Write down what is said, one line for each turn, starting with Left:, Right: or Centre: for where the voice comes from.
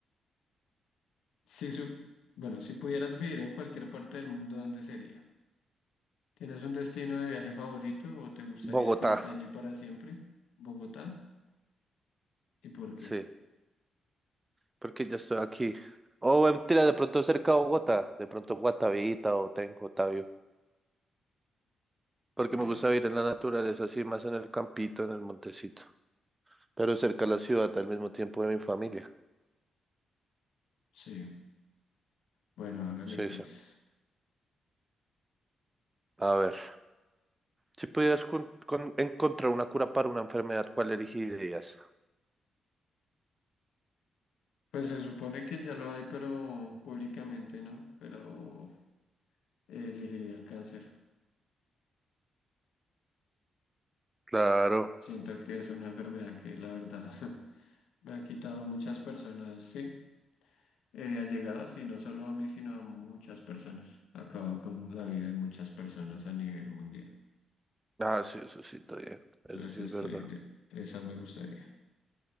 Left: Si su, bueno, si pudieras vivir en cualquier parte del mundo, ¿dónde sería? ¿Tienes un destino de viaje favorito o te gustaría
Right: Bogotá,
Left: quedarte allí para siempre? ¿Bogotá? ¿Y por qué?
Right: sí, porque yo estoy aquí. O eh, mentira, de pronto cerca de Bogotá, de pronto Guatavita o Tenjo, Tavio, porque
Left: Bueno,
Right: me gusta vivir en la naturaleza, así más en el campito, en el montecito. pero cerca a la ciudad al mismo tiempo de mi familia.
Left: sí. Bueno, hágale
Right: Sí,
Left: pues.
Right: sí. A ver, si pudieras con- con- encontrar una cura para una enfermedad, ¿cuál elegirías?
Left: Pues se supone que ya lo hay, pero públicamente no, pero eh, elegiría el cáncer.
Right: Claro.
Left: Siento que es una enfermedad que la verdad <laughs> me ha quitado muchas personas, sí, eh, allegadas y no solo a mí, sino a muchas personas. Acaba con la vida de muchas personas a nivel mundial.
Right: Ah, sí, eso sí, está bien. Eso
Left: Entonces
Right: sí es verdad.
Left: estoy de- esa me gustaría.